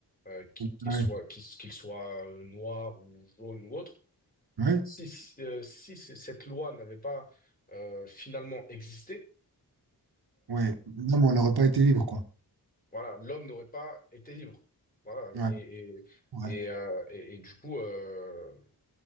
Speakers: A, on the left; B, on the right.
A: euh, qu-
B: ouais.
A: qu'ils soient, qu'ils qu'ils soient euh, noirs ou jaunes ou autres,
B: ouais.
A: si, si, euh, si c- cette loi n'avait pas euh, finalement existé,
B: Ouais. Non, mais on n'aurait pas été libre, quoi.
A: voilà, l'homme n'aurait pas été libre. Voilà,
B: Ouais,
A: et,
B: ouais,
A: et, et, euh, et- et du coup, euh,